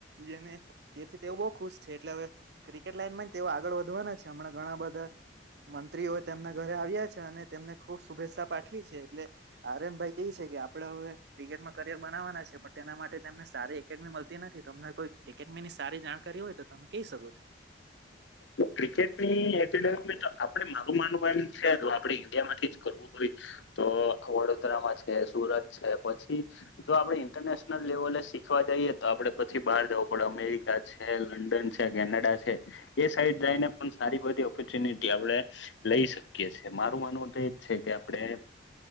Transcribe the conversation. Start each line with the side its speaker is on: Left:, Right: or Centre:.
Right: જેને તેથી તેઓ બહુ ખુશ છે, એટલે હવે ક્રિકેટ લાઈન તેઓ આગળ વધવાના છે, હમણાં ઘણા બધા મંત્રીઓ તેમના ઘરે આવ્યા છે, અને તેમને ખુબ શુભેચ્છા પાઠવી છે, એટલે આરેન ભાઈ કે છે આપડે હવે, ક્રિકેટમાં કરિયર બનાવવાના છે, પણ તેના માટે તેમને સારી એકેડમી મળતી નથી. તમને કોઈ એકડમી ની સારી જાણકારી હોય, તો તમે કહી શકો છો.
Left: ક્રિકેટનીડેમ આપડે મારું માનવું એમ છે, આપણે ઈન્ડિયા માંથી જ કરવું તો વડોદરામાં છે, સુરત છે. પછી જો આપડે ઇન્ટરનેશનલ લેવલ આપ શીખવા જઈએ, તો આપડે પછી બહાર જવું પડે અમેરિકા છે, લંડન છે, કેનેડા છે. સાઈડ જઈને, પણ સારી બધી ઓપોર્ચ્યુનિટી આપડે લઈ શકીએ છીએ, મારું માનવું, તો એજ છે કે આપણે